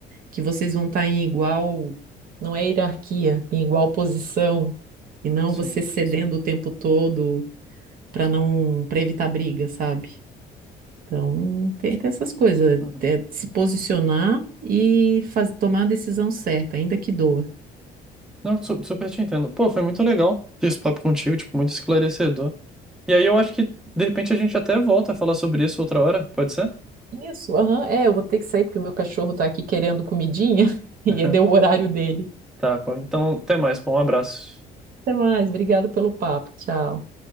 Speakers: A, on the right; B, in the centre.
A: que vocês vão estar em igual, não é hierarquia, em igual posição, e não
B: Sim.
A: você cedendo o tempo todo para não, para evitar briga, sabe? Então, tem, tem essas coisas,
B: Uhum.
A: é se posicionar e faz, tomar a decisão certa, ainda que doa.
B: Não, su- super te entendo. Pô, foi muito legal ter esse papo contigo, tipo, muito esclarecedor. E aí eu acho que, de repente, a gente até volta a falar sobre isso outra hora, pode ser?
A: Isso, aham, é, eu vou ter que sair porque o meu cachorro tá aqui querendo comidinha <laughs> e
B: <laughs>
A: é deu o horário dele.
B: Tá, pô. Então, até mais, pô. Um abraço.
A: Até mais, obrigada pelo papo, tchau.